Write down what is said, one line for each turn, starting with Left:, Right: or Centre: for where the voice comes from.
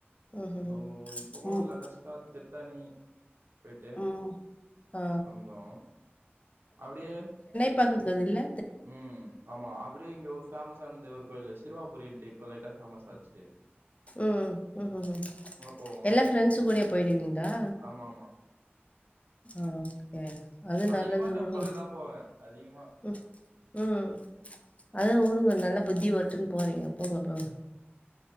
Left: ம்ஹ்ஹும்
Right: தோ இப்பொக் கூட
Left: ம்
Right: லேட்டஸ்ட்டா திர்த்தாணி போய்ட்டு
Left: ம் ம். ஆ
Right: வந்தோ அப்டியே
Left: பாக்கததில்ல
Right: ம் ஆமா அப்டியே இங்க ஒரு ஃபேம ஸா அந்த ஒரு கோய்லு சிர்வாபுரின்ட்டு இப்ப லைட்டா ஃபேமஸ் ஆச்சே
Left: ம் ம் ம் ஹ்ம் ஹ்ம்
Right: போவோ
Left: எல்லா ஃப்ரெண்ட்ஸுங் கூடயே போய்டுவீங்ளா
Right: ஆமா ஆமா
Left: ஆகே அது
Right: அதிகமா
Left: நல்லது
Right: டெம்பிளுக்கு
Left: உடுங்க
Right: தா போவே அதிகமா
Left: ம் ம் அதா உடுங்க நல்ல புத்தி வரட்டுன் போறீங்க போங்க போங்க